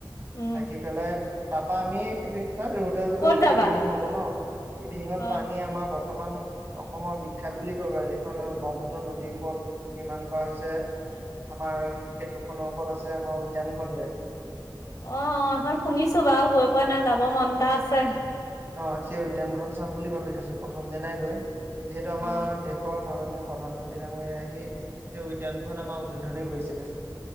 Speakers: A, on the left (about 50°); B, on the right (about 30°).
A: উম
B: থাকি পেলাই তাৰপা আমি এই তাত হোটেল চোটেল
A: ক'ত যাবা
B: ইভিনিং হ'ব ন ইভিনিঙত
A: অ
B: পানী আমাৰ ব বৰ্তমান অসমৰ বিখ্যাত বুলি কব পাৰি যিখন ব্ৰংশত নদীৰ ওপৰত নিৰ্মাণ কৰা হৈছে। আমাৰ সেইটোখনৰ ওপৰত আছে আমাৰ উদ্যানখন যে
A: অ এখন শুনিছো বাৰু গৈ পোৱা নাই যাব মন এটা আছে।
B: অ সেই উদ্যানখন চাম বুলি ভাবি থৈছো প্ৰথম দিনাই গৈ যিহেতু আমাৰ
A: অ
B: দেশৰ মাননীয় প্ৰধানমন্ত্ৰী ডাঙৰ আহি সেই উদ্যানখন আমাৰ উদ্বোধন কৰিছিলে। স